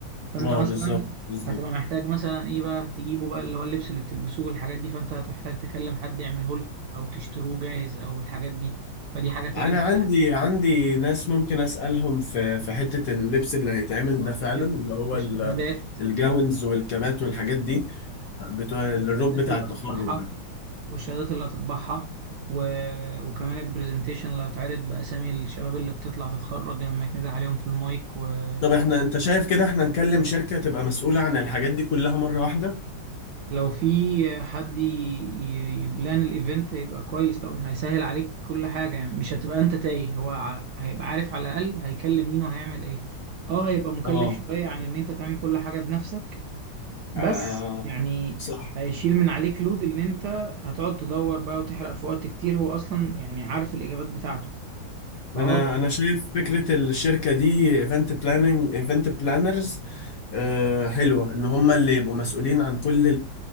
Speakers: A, on the right (about 80°); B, on the left (about 70°).
A: فانت
B: اه
A: مثلا
B: بالظبط بالظبط
A: هتبقى محتاج مثلا ايه بقى تجيبه بقى اللي هو اللبس اللي بتلبسوه والحاجات دي فانت هتحتاج تكلم حد يعمله لكم او تشتروه جاهز او الحاجات دي فدي حاجة تانية
B: انا عندي عندي ناس ممكن اسالهم في في حته اللبس اللي هيتعمل
A: آه،
B: ده فعلا
A: غير
B: اللي هو
A: الشهادات
B: ال- الجاونز والكبات والحاجات دي بتوع الروب
A: الشهادات
B: بتاع
A: اللي
B: التخرج
A: هتطبعها
B: ده
A: والشهادات اللي هتطبعها و... وكمان البرزنتيشن اللي هيتعرض بأسامي الشباب اللي بتطلع تتخرج لما يتندى عليهم في المايك ولو
B: طب احنا انت شايف كده احنا نكلم شركه تبقى مسؤوله عن الحاجات دي كلها مره واحده
A: في حد ي... ي- يبلان الايفنت هيبقى كويس طبعا هيسهل عليك كل حاجة يعني مش هتبقى انت تايه هو ع- هيبقى عارف على الأقل هيكلم مين وهيعمل ايه اه هيبقى مكلف
B: اه
A: شوية عن ان انت تعمل كل حاجة بنفسك بس
B: آه
A: يعني
B: صح
A: هيشيل من عليك لود ان انت هتقعد تدور بقى وتحرق في وقت كتير هو اصلا يعني عارف الاجابات بتاعته فاه
B: انا انا شايف فكره الشركه دي ايفنت بلاننج ايفنت بلانرز آه حلوه ان هم اللي يبقوا مسؤولين عن كل